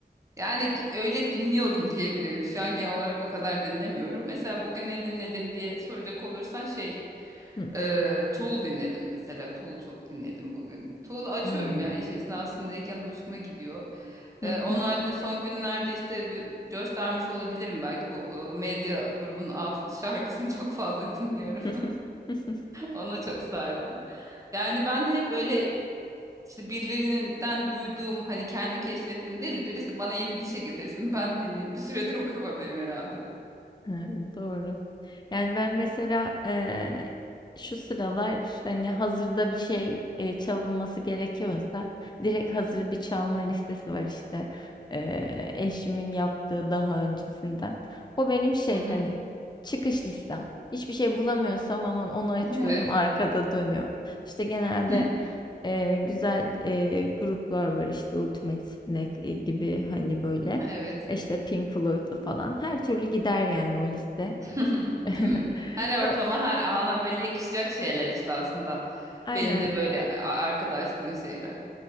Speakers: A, on the right; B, on the left.
A: Yani ge- öyle dinliyordum diyebilirim. Şu an genel olarak o kadar dinlemiyorum. Mesela bugün ne dinledim diye soracak olursan şey
B: Hı,
A: e, Tool dinledim mesela. Tool çok dinledim bugün. Tool'u açıyorum
B: hımm.
A: ya iş esnasındayken hoşuma gidiyor.
B: Hı
A: E, onun
B: hı.
A: haricinde son günlerde işte bir- göstermiş olabilirim belki bu e, medya grubunun Output şarkısını <laughs> çok fazla dinliyorum.
B: <laughs>
A: Ona çok sardım. Yani ben de hep böyle işte birilerinden duyduğum hani kendi keşfettim değil de birisi bana yeni bir şey getirsin ben dinleyeyim. Bir süredir o kafadayım herhalde.
B: Hı hı. Doğru. Yani ben mesela eee, şu sıralar hani hazırda bir şey eee, çalınması gerekiyorsa direkt hazır bir çalma listesi var işte eee, eşimin yaptığı daha öncesinden. O benim şey
A: Hı hı.
B: hani çıkış listem. Hiçbir şey bulamıyorsam aman onu açıyorum
A: Evet.
B: arkada dönüyor. İşte genelde
A: <laughs>
B: eee, güzel eee, gruplar var işte Ultimate Spinac gibi hani böyle.
A: Evet.
B: İşte Pink Floyd'lu falan her türlü gider yani o liste.
A: <laughs> Değil
B: <laughs>
A: mi? Her
B: O-
A: ortama, her ana böyle yakışacak şeyler işte aslında.
B: Aynen,
A: Benim de böyle a- arkadaşlığım şeyler.